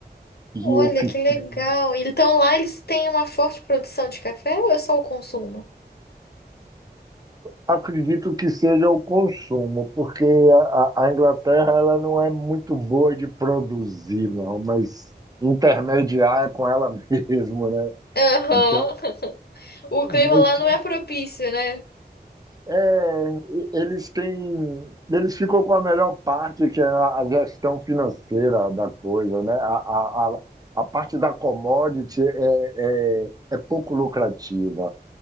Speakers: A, on the right (about 20°); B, on the left (about 65°).
A: E
B: Olha,
A: eu fiquei.
B: que legal. Então lá eles têm uma forte produção de café ou é só o consumo?
A: Acredito que seja o consumo, porque a, a Inglaterra ela não é muito boa de produzir, não, mas intermediar é com ela <laughs> mesmo, né?
B: Aham.
A: Então,
B: <laughs> O clima
A: mas
B: lá
A: tinha
B: não é propício, né?
A: É, e- eles têm, eles ficam com a melhor parte, que é a a gestão financeira da coisa, né? A, a, a, a parte da commodity é, é, é pouco lucrativa.